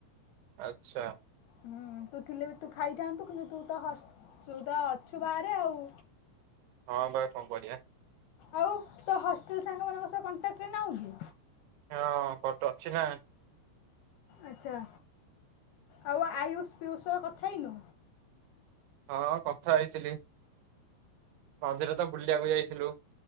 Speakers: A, on the right; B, on the left.
A: ଆଚ୍ଛା।
B: ହୁଁ ତୁ ଥିଲେ ବି ତୁ ଖାଇଥାନ୍ତୁ କିନ୍ତୁ ତୁ ତ ହସ ତୁ ତ ଅଛୁ ବାହାରେ ଆଉ।
A: ହଁ ବା କଣ କରିବା।
B: ଆଉ ତୋ ହଷ୍ଟେଲ ସାଙ୍ଗ ମାନଙ୍କ ସହ କଣ୍ଟାକ୍ଟରେ ନାଉଁ କି?
A: ହଁ କ ତ ଅଛି ନା।
B: ଆଚ୍ଛା। ଆଉ ଆୟୁଷ, ପିୟୁଷ ସହ କଥା ହେଇନୁ।
A: ହଁ କଥା ହେଇଥିଲି। ମଝିରେ ତ ବୁଲିବାକୁ ଯାଇଥିଲୁ।